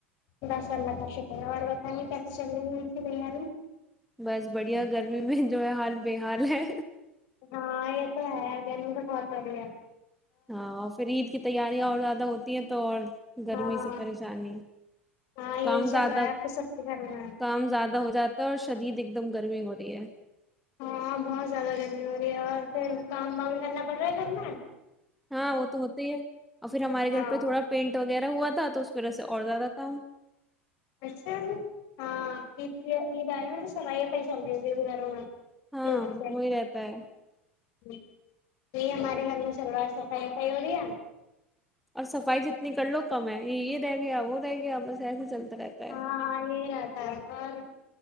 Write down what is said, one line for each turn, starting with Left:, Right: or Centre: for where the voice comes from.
Left: بس اللہ کا شکر ہے اور بتائیے کیسے چل رہی ہے اس کی تیاری
Centre: بس بڑھیا گرمی میں جو ہے حال بے حال ہے
Left: ہاں یہ تو ہے گرمی تو بہت ہو رہی ہے
Centre: ہاں اور پھر عید کی تیاریاں اور زیادہ ہوتی ہیں تو اور گرمی
Left: ہاں
Centre: سے پریشانی
Left: ہاں یہی
Centre: کام
Left: چل
Centre: زیادہ
Left: رہا ہے آپ کو سب کے گھر میں
Centre: کام زیادہ ہو جاتا اور شدید ایک دم گرمی ہو رہی ہے
Left: ہاں بہت زیادہ گرمی ہو رہی ہے اور پھر کام وگ کرنا پڑ رہا ہے گھر میں
Centre: ہاں وہ تو ہوتے ہی ہے اور پھر ہمارے گھر
Left: ہاں
Centre: پہ تھوڑا پینٹ وہ وغیرہ ہوا تھا تو اس ویرح سے اور زیادہ تھا
Left: اچھا ہاںائے س یہ پائی سمیر
Centre: ہاں
Left: لوگوں سے
Centre: وہی رہتا ہے
Left: ج یہی ہمارے گھر میں چل رہا ہے صفائی وفائی ہو رہی ہے
Centre: اور صفائی جتنی کر لو کم ہے یہ یہ رہ گیا وہ رہ گیا بس ایسے چلتا رہتا ہے
Left: ہاں یہ رہتا ہے اور